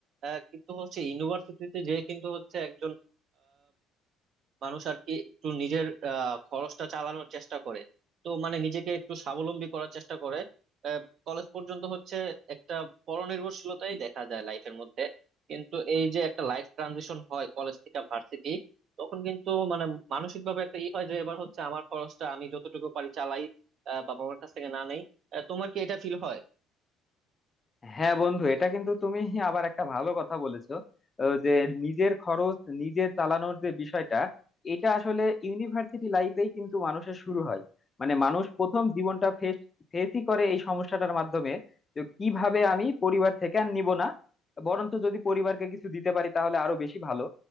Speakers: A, on the right (about 40°); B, on the left (about 15°).
A: আহ, কিন্তু হচ্ছে ইউনিভার্সিটিতে যে কিন্তু হচ্ছে একজন মানুষ আর কি একটু নিজের আহ, খরচটা চালানোর চেষ্টা করে তো মানে নিজেকে একটু স্বাবলম্বী করার চেষ্টা করে কলেজ পর্যন্ত হচ্ছে একটা পরনির্ভরশীলতাই দেখা যায় লাইফের মধ্যে কিন্তু এই যে একটা লাইফ ট্রানজিশন হয় কলেজ থেকে ভার্সিটি তখন কিন্তু মানে মানসিক ভাবে একটা ই হয় যে এবার হচ্ছে আমার খরচটা আমি যতটুকু পারি চালাই আহ, বাবা মার কাছ থেকে না নেই আহ, তোমার কি এটা ফিল হয়
B: হ্যাঁ বন্ধু এটা কিন্তু তুমি আবার একটা ভালো কথা বলেছো আহ, যে নিজের খরচ নিজে চালানোর যে বিষয়টা এটা আসলে ইউনিভার্সিটি লাইফেই কিন্তু মানুষের শুরু হয় মানে মানুষ প্রথম জীবনটা ফেস ফেসই করে এই সমস্যাটার মাধ্যমে যে কিভাবে আমি পরিবার থেকে আর নিব না বরঞ্চ যদি পরিবারকে কিছু দিতে পারি তাহলে আরো বেশি ভালো